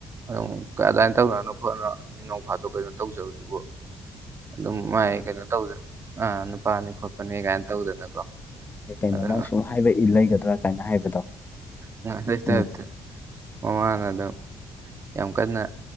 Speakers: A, on the right; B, on the left.
A: ꯑꯗꯨꯝ ꯀ ꯑꯗꯨꯃꯥꯏꯅ ꯇꯧꯅꯅꯣ ꯈꯣꯠꯅꯣ ꯃꯤ ꯅꯣꯡ ꯐꯥꯗꯣꯛ ꯀꯩꯅꯣ ꯇꯧꯖꯕꯗꯨꯕꯨ ꯑꯗꯨꯝ ꯃꯥꯏ ꯀꯩꯅꯣ ꯇꯧꯖꯩ ꯑꯥ ꯄꯅꯤ ꯈꯣꯠꯄꯅꯤ ꯀꯥꯏꯅ ꯇꯧꯗꯅꯀꯣ
B: ꯑꯗꯩ ꯀꯩꯅꯣ
A: ꯑꯗ
B: ꯅꯪ ꯁꯨꯝ ꯍꯥꯏꯕ ꯏ ꯂꯩꯒꯗ꯭ꯔꯥ ꯀꯥꯏꯅ ꯍꯥꯏꯕꯗꯣ
A: ꯑꯗ
B: ꯎꯝ
A: ꯍꯃꯅ ꯑꯗꯨ ꯌꯥꯝ ꯀꯟꯅ